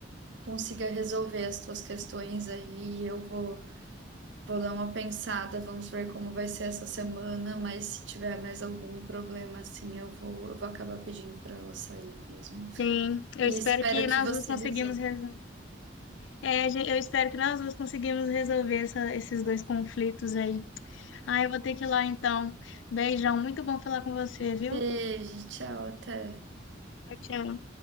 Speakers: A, on the right; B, on the left.
A: consiga resolver as tuas questões aí. Eu vou Vou dar uma pensada, vamos ver como vai ser essa semana, mas se tiver mais algum problema assim, eu vou, eu vou acabar pedindo para ela sair mesmo.
B: Sim,
A: E
B: eu espero
A: espero
B: que
A: que
B: nós
A: você
B: duas conseguimos
A: resolva.
B: resolver. É, gen- eu espero que nós duas conseguimos resolver essa- esses dois conflitos aí. Ah, eu vou ter que ir lá então. Beijão, muito bom falar com você, viu?
A: Beijo, tchau, até.
B: Tchau, tchau.